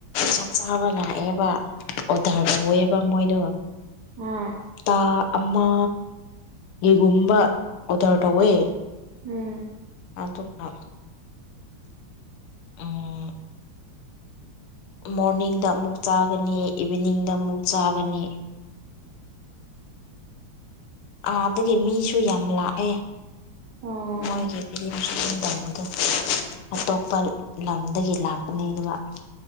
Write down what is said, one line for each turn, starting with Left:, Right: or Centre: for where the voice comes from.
Left: ꯆꯥꯛ ꯆꯥꯕ ꯂꯥꯛꯑꯦꯕ ꯑꯣꯗꯔ ꯇꯧꯋꯦꯕ ꯃꯣꯏꯗꯣ
Right: ꯑꯥ
Left: ꯍꯞꯇꯥ ꯑꯃ ꯒꯤꯒꯨꯝꯕ ꯑꯣꯗꯔ ꯇꯧꯋꯦ
Right: ꯎꯝ
Left: ꯑꯗꯨꯒ ꯎꯝ ꯃꯣꯔꯅꯤꯡꯗ ꯑꯃꯨꯛ ꯆꯥꯒꯅꯤ ꯏꯚꯤꯅꯤꯡꯗ ꯑꯃꯨꯛ ꯆꯥꯒꯅꯤ ꯑꯥꯗꯒꯤ ꯃꯤꯁꯨ ꯌꯥꯝ ꯂꯥꯛꯑꯦ
Right: ꯑꯣ
Left: ꯃꯣꯏꯒꯤ ꯐꯤꯂꯤꯝ ꯁꯨꯇꯤꯡ ꯇꯧꯕ ꯑꯇꯣꯞꯄ ꯂꯝꯗꯒꯤ ꯂꯥꯛꯄꯅꯤ ꯑꯗꯨꯒꯕ